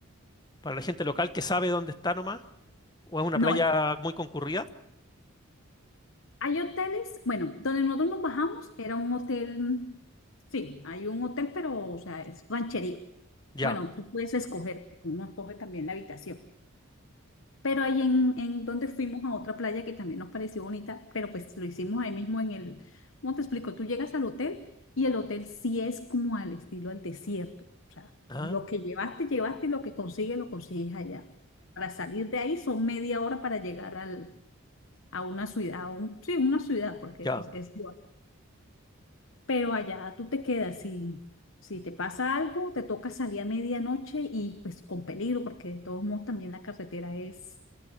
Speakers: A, on the left; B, on the left.
A: Para la gente local que sabe dónde está nomás, o es una
B: No
A: playa
B: es.
A: muy concurrida,
B: Hay hoteles, bueno, donde nosotros nos bajamos era un hotel, mm, sí, hay un hotel, pero, o sea, es rancherío.
A: ya.
B: Bueno, tú puedes escoger, uno escoge también la habitación. Pero ahí en, en donde fuimos a otra playa que también nos pareció bonita, pero pues lo hicimos ahí mismo en el, ¿cómo te explico? Tú llegas al hotel y el hotel sí es como al estilo al desierto. O sea,
A: Ah,
B: lo que llevaste, llevaste y lo que consigues, lo consigues allá. Para salir de ahí son media hora para llegar al, a una ciudad, a un- sí, una ciudad, porque
A: ya.
B: pues es igual. Pero allá tú te quedas y si te pasa algo, te toca salir a medianoche y pues con peligro, porque de todos modos también la carretera es